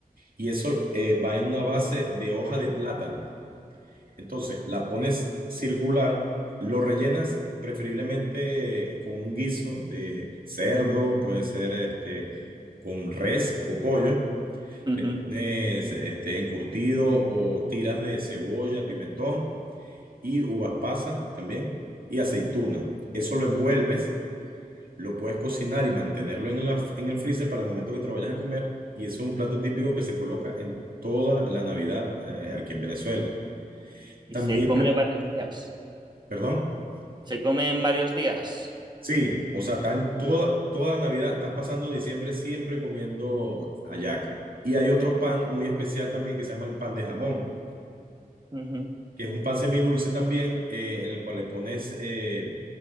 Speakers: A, on the right; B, on the right.
A: y eso eh, va en una base de hoja de plátano. Entonces, la pones circular, lo rellenas preferiblemente con un guiso de cerdo, puede ser este, con res o pollo.
B: Ujú.
A: Le pones este, encurtido o tiras de cebolla, pimentón y uvas pasas también y aceituna. Eso lo envuelves, lo puedes cocinar y mantenerlo en, la, en el freezer para el momento que te lo vayas a comer. Y es un plato típico que se coloca en toda la Navidad eh, aquí en Venezuela.
B: Y
A: También,
B: se come
A: pre-
B: varios días.
A: perdón.
B: Se come en varios días.
A: Sí, o sea, están toda, toda Navidad, estás pasando diciembre siempre comiendo hallaca. Y hay otro pan muy especial también que se llama el pan de jamón,
B: Ujú.
A: que es un pan semidulce también, eh, en el cual le pones eh,